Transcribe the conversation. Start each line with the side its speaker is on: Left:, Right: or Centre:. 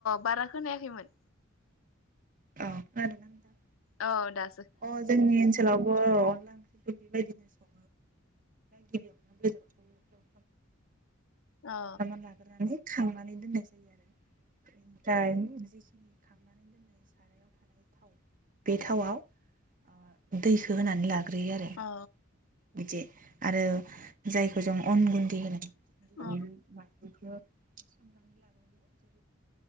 Left: बारा खोनायाखैमोन
Right: अ खोनादोंना नोंथां
Left: अ दा
Right: अ जोंनि ओनसोलावबो अनला ओंख्रिखौ बेबायदि सं <unintelligible>
Left: अ
Right: एवफ्रामना लाग्रोनानै खांनानै दोननाय जायो बेनिफ्राय जेखिनि खांनानै दोननाय सारायाव थानाय थाव बे थावाव ओ दैखो होनानै लागोन ग्रोयो आरो
Left: अ
Right: बिदि आरो जायखो जों अन गुन्दै होन बिख्लो
Left: अ
Right: संनानै लाग्रोयो जो